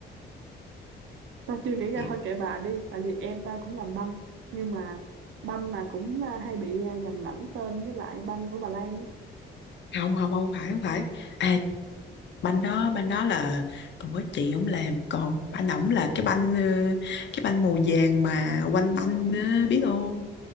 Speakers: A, on the right (about 80°); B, on the left (about 65°).
A: Tao chưa nghĩ ra
B: Kiểu,
A: thôi kệ bà đi, tại vì em tao cũng làm banh nhưng mà banh mà cũng ờ, hay bị ờ, nhầm lẫn tên với lại banh của bà Lan á.
B: không không không phải không phải à banh đó banh đó là còn có chị ổng làm còn banh ổng là cái banh ờ, cái banh màu vàng mà quanh banh ờ, biết không